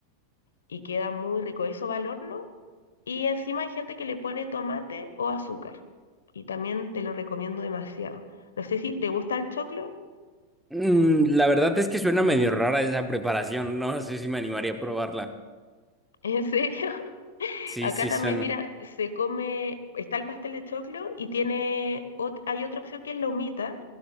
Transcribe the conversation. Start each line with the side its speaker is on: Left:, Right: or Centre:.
Left: y queda muy rico. Eso va al horno y encima hay gente que le pone tomate o azúcar y también te lo recomiendo demasiado. No sé si te gusta el choclo,
Centre: Mm, la verdad es que suena medio rara esa preparación, no No sé si me animaría a probarla.
Left: <laughs> ¿en serio?
Centre: Sí,
Left: Acá
Centre: sí,
Left: también,
Centre: son.
Left: mira, se come, está el pastel de choclo y tiene, ot- hay otra opción que es la humita.